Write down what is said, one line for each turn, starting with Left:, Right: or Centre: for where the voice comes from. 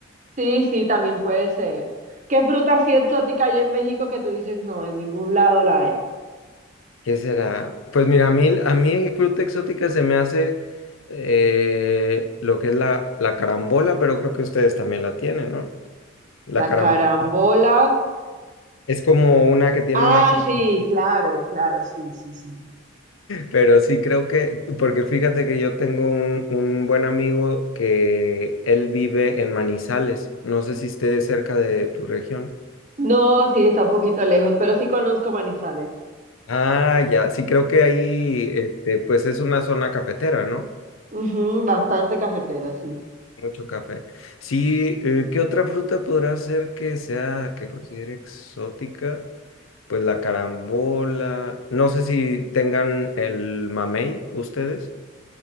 Right: Sí, sí, también puede ser. ¿Qué fruta así exótica hay en México que tú dices, no, en ningún lado la hay?
Left: ¿Qué será? Pues mira, a mí, a mí fruta exótica se me hace eh, lo que es la, la carambola, pero creo que ustedes también la tienen, ¿no? La
Right: La
Left: carambola
Right: carambola.
Left: es como una que tiene
Right: Ah,
Left: una forma.
Right: sí, claro, claro, sí, sí, sí.
Left: Pero sí creo que, porque fíjate que yo tengo un, un buen amigo que él vive en Manizales. No sé si esté cerca de tu región.
Right: No, sí, está un poquito lejos, pero sí conozco Manizales.
Left: Ah, ya, sí creo que ahí, este, pues es una zona cafetera, ¿no?
Right: Ujú, bastante cafetera, sí.
Left: Mucho café. Sí, eh, ¿qué otra fruta podrá ser que sea, que considere exótica? Pues la carambola. No sé si tengan el mamey ustedes.